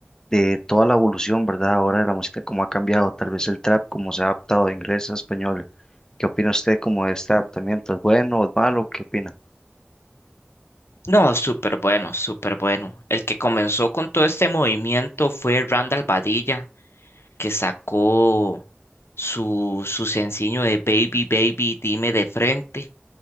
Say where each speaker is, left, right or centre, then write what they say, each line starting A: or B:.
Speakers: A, on the left (about 15°); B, on the left (about 85°).
A: de toda la evolución, ¿verdad? Ahora de la música, cómo ha cambiado, tal vez el trap, cómo se ha adaptado de inglés a español. ¿Qué opina usted como de este adaptamiento? ¿Es bueno o es malo? ¿Qué opina?
B: No, súper bueno, súper bueno. El que comenzó con todo este movimiento fue Randall Badilla, que sacó su, su sencillo de Baby, Baby, dime de frente